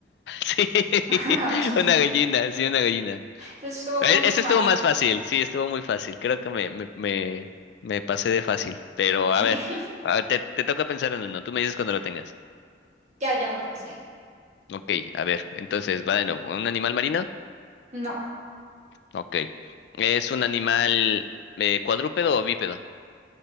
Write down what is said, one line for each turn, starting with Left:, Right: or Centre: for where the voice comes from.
Left: sí, <laughs>
Right: <laughs> gallina.
Left: una gallina, sí, una gallina.
Right: Eso estuvo
Left: E-
Right: muy
Left: Ese
Right: fácil.
Left: estuvo más fácil, sí, estuvo muy fácil. Creo que me, me, me, me pasé de fácil. Pero
Right: <laughs>
Left: a ver, a- te, te toca pensar en uno. Tú me dices cuando lo tengas.
Right: Ya, ya lo pensé.
Left: Ok, a ver, entonces va de nuevo. ¿Un animal marino?
Right: No,
Left: Ok. ¿Es un animal eh, cuadrúpedo o bípedo?